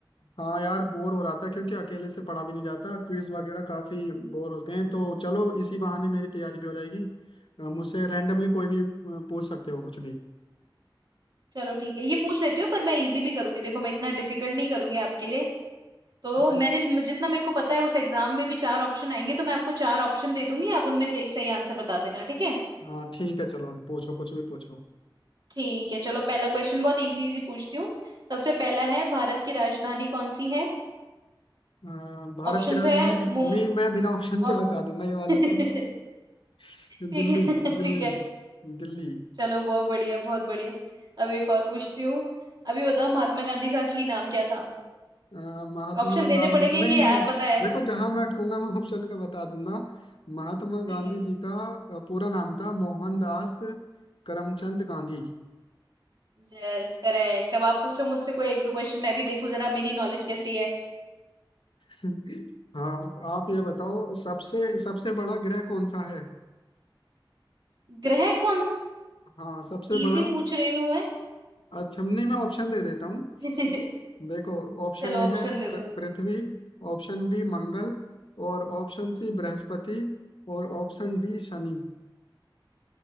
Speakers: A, on the left; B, on the right.
A: हाँ यार बोर हो रहा था क्योंकि अकेले से पढ़ा भी नहीं जाता क्विज वगैरह काफी बोर होते हैं तो चलो इसी बहाने मेरी तैयारी भी हो जाएगी अ, मुझसे रैंडमली कोई भी अ, पूछ सकते हो कुछ भी
B: चलो ठीक है ये पूछ लेती हूँ पर मैं इजी भी करूंगी देखो मैं इतना डिफिकल्ट नहीं करूंगी आपके लिए तो
A: हाँ
B: मैंने म- जितना मेरे को पता है उस एग्जाम में भी चार ऑप्शन आएंगे तो मैं आपको चार ऑप्शन दे दूंगी आप उनमें से एक सही आंसर बता देना ठीक है
A: हाँ ठीक है चलो पूछो कुछ भी पूछो
B: ठीक है चलो पहला क्वेश्चन बहुत इजी इजी पूछती हूँ सबसे पहला है भारत की राजधानी कौन सी है
A: अ, भारत
B: ऑप्शंस
A: की राजधानी
B: है मुम
A: नहीं मैं बिना ऑप्शन के
B: ऑप
A: बता दूंगा ये वाला
B: <laughs>
A: तो <laughs>
B: ठीक
A: दिल्ली
B: है <laughs>
A: दिल्ली
B: ठीक है
A: दिल्ली
B: चलो बहुत बढ़िया बहुत बढ़िया अब एक और पूछती हूँ अभी बताओ महात्मा गांधी का असली नाम क्या था
A: अ, महात्मा
B: ऑप्शन देने
A: गांधी
B: पड़ेंगे
A: नहीं
B: कि
A: नहीं
B: आप पता है
A: देखो जहां मैं अटकूंगा मैं ऑप्शन का बता दूंगा महात्मा
B: ठीक
A: गांधी
B: है
A: जी का अ, पूरा नाम था मोहनदास करमचंद गांधी
B: यस करेक्ट अब आप पूछो मुझसे कोई एक दो क्वेश्चन मैं भी देखूं जरा मेरी नॉलेज कैसी है
A: <laughs> हाँ आप ये बताओ सबसे सबसे बड़ा ग्रह कौन सा है
B: ग्रह कौन
A: हाँ सबसे
B: इजी
A: बड़ा
B: पूछ रही हूँ मैं
A: अच्छा नहीं मैं ऑप्शन दे देता हूँ
B: <laughs>
A: देखो ऑप्शन
B: चलो
A: ए
B: ऑप्शन
A: है
B: दे
A: पृ-
B: दो
A: पृथ्वी ऑप्शन बी मंगल और ऑप्शन सी बृहस्पति और ऑप्शन डी शनि